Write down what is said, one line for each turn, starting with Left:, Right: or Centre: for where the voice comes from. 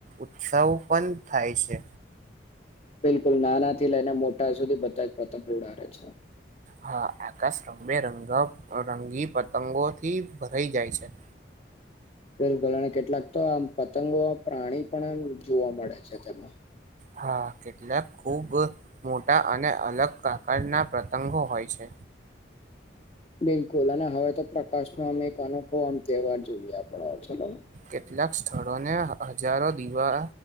Right: ઉત્સવુ પણ થાય છે.
Left: બિલકુલ નાના થી લઈને મોટા સુધી બધા જ પતંગ ઉડાવે છે.
Right: હા આકાશ રબે રંગ રંગી પતંગોથી ભરાઈ જાય છે.
Left: બિલકુલ અને કેટલાક તો આમ પતંગો પ્રાણી પણ આમ જોવા મળે છે તેમાં.
Right: હા કેટલાક ખુબ મોટા અને અલગ પ્રકારના પ્રતંગો હોય છે.
Left: બિલકુલ અને હવે તો પ્રકાશ માં અમે અનોખો આમ તહેવાર જોઈયા <unintelligible>
Right: કેટલાક સ્થળોને હજારો દીવા